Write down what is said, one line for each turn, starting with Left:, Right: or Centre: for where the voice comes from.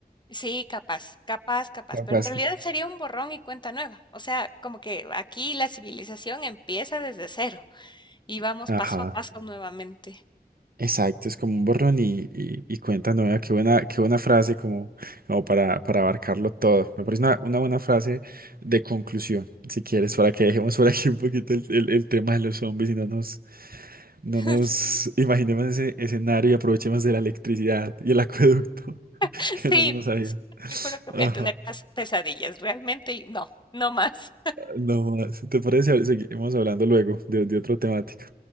Left: Sí, capaz, capaz, capaz,
Right: Capaz
Left: pero en realidad
Right: que...
Left: sería un borrón y cuenta nueva. O sea, como que aquí la civilización empieza desde cero y vamos
Right: Ajá,
Left: paso a paso nuevamente.
Right: exacto, es como un borrón y, y, y cuenta nueva, qué buena, qué buena frase como, como para, para abarcarlo todo. Me parece una, una buena frase de conclusión, si quieres, para que dejemos por aquí un poquito el, el- el tema de los zombies y no nos, no
Left: <laughs>
Right: nos imaginemos ese escenario y aprovechemos de la electricidad y el acueducto <laughs>
Left: Sí,
Right: que no se nos
Left: porque
Right: ha ido.
Left: si no, te juro que voy
Right: Ajá.
Left: a tener pas- pesadillas, realmente, y no, no más.
Right: No más. ¿Te parece? Seguimos hablando luego de, de otra temática.